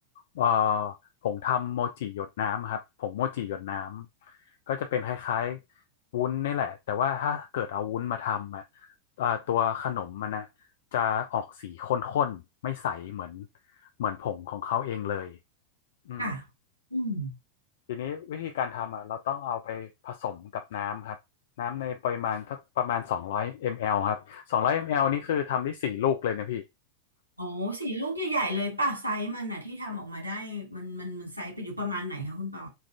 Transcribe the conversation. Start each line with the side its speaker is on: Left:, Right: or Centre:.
Left: เอ่อผงทำโมจิหยดน้ำครับผงโมจิหยดน้ำก็จะเป็นคล้ายๆวุ้นนี่แหละแต่ว่าถ้าเกิดเอาวุ้นมาทำอ่ะเอ่อตัวขนมมันนะจะออกสีข้นๆไม่ใสเหมือนเหมือนผงของเขาเองเลยอืม
Right: ค่ะอืม
Left: ทีนี้วิธีการทำอ่ะเราต้องเอาไปผสมกับน้ำครับน้ำในปริมาณสักประมาณ200 ml ครับ200 ml นี่คือทำได้สี่ลูกเลยนะพี่
Right: อ๋อสี่ลูกใหญ่ๆเลยป่ะไซส์มันอะที่ทำออกมาได้มันมันมันไซส์ไปอยู่ประมาณไหนคะคุณปอ